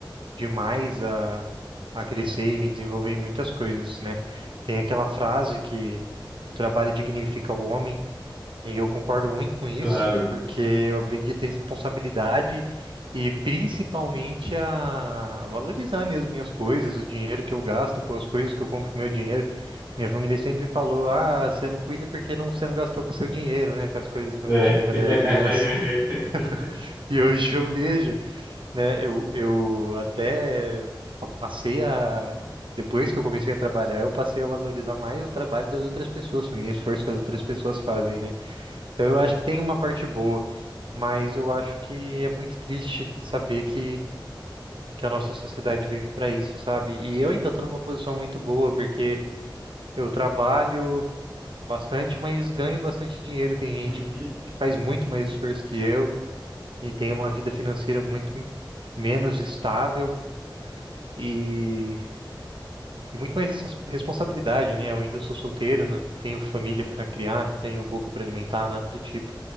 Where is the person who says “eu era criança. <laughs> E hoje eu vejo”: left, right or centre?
Right